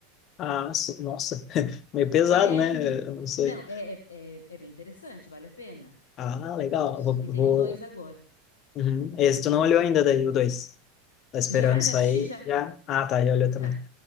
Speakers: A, on the left (about 40°); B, on the left (about 75°).
A: Ah, sim. Nossa, <laughs> meio pesado,
B: É
A: né?
B: é um filme.
A: Eu não sei.
B: Não, é, é, é, é bem interessante, vale a pena.
A: Ah,
B: O
A: legal.
B: Poço.
A: Vou,
B: E
A: vou...
B: tem o dois agora.
A: Uhum. Esse tu não olhou ainda daí, o dois Tá esperando
B: Já,
A: sair
B: já assisti já.
A: já? Ah, tá, ele olhou
B: Já.
A: também.